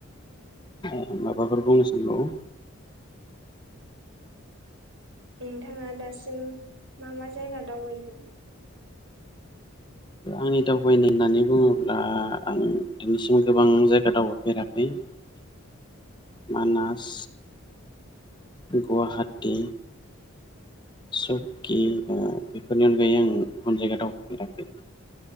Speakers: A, on the left; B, on the right.
A: ए माबाफोर बुंनो साववो
B: नोंथांङा दासिम मा मा जायगा दावबायखो?
A: आंनि दावबायनाय होननानै बुङोब्ला आं दिनैसिम गोबां जायगा दावबायफेरा। <unintelligible>
B: <unintelligible>
A: मानास गुवाहाटि स'कि ओ बेफोरनि अनगायै आं अन जायगा दावफेराखै